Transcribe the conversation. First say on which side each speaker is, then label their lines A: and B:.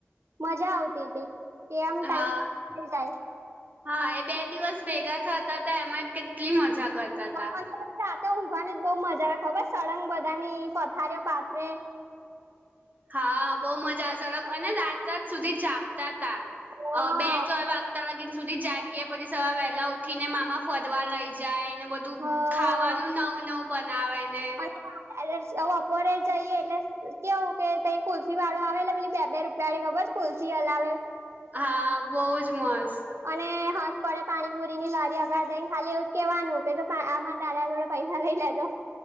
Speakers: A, on the right; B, on the right.
A: મજા આવતી તી કે આમ ટાઈમ
B: હા
A: પાસ થઈ જાય.
B: હા એ બે દિવસ ભેગા થતા હતા એમાં કેટલી મજા કરતા તા.
A: અને બપોરને રાતે ઊંઘવાની જ બો મજા આવે ખબર સળંગ બધાની પથારીઓ પાથરે.
B: હા બો મજા આવશે અને રાત રાત સુધી જાગતા તા
A: હા
B: બે ત્રણ વા ચાર દિન સુધી જાગીએ પછી સવાર વહેલા ઉઠીને મામા ફરવાર લઈ જાય ને બધ દુ
A: હા
B: ખાવાનું નવું નવું બનાવે ને
A: <unintelligible> બપોરે જઈએ એટલે કેવું કે ત કુલ્સી વાળો આવે એટલે પે બે બે રૂપિયાળી ખબર છે. કુલ્સી અલાવે.
B: હા બહુ જ મસ્ત.
A: અને હજ પડે પાણી પુરી ની લારી આગળ જઈને ખાલી એવું જ કેવાનું કે આમાર દાદા જોડે પૈસા લઈ લેજો